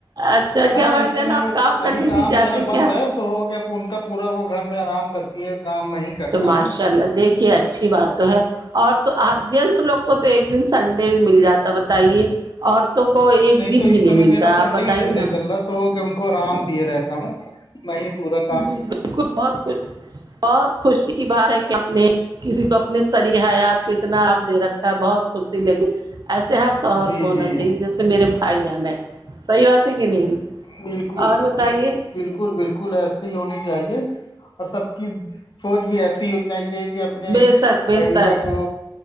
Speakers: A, on the right; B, on the left.
A: اچھا
B: ہاں
A: کیا بھائی
B: اس
A: جان
B: سمے
A: آپ کام کرنے
B: ابھی
A: نہیں
B: کام
A: جاتے
B: میرا بند
A: کیا
B: ہے تو ہو گیا ان کا پورا وہ گھر میں آرام کرتی ہے کام میں ہی کرتا
A: تو ماشاء
B: ہوں
A: اللہ دیکھیے اچھا اچھی بات تو ہے اور تو جینس لوگ کو تو ایک دن سنڈے بھی مل جاتا بتائیے عورتوں کو ایک دن
B: تو
A: بھی
B: اس
A: نہیں
B: سمے میرا
A: ملتا
B: سنڈے
A: آپ بتائیے
B: ہی سنڈے
A: نا
B: چل رہا تو ہو کہ ان کو آرام دے رہتا ہوں نہیں توا
A: جی جی بالکل بہت خوش بہت خوشی کی بات ہے کہ اپنے کسی کو اپنے سریح حیات کو اتنا آام دے رکھا ہے بہت خوشی لگی ایسے ہر شوہر
B: جی
A: کو
B: جی
A: ہونا چاہیے جیسے میرے بھائی جانا ہے صحیح بات ہے کہ نہیں
B: بالکل
A: اور بتائیے
B: بالکل بالکل ایسے ہی ہونی چاہیے اور سب کی سوچ بھی ایسی ہو چاہی کہ اپنے
A: بے شک بے
B: اہلیہ
A: شک
B: کو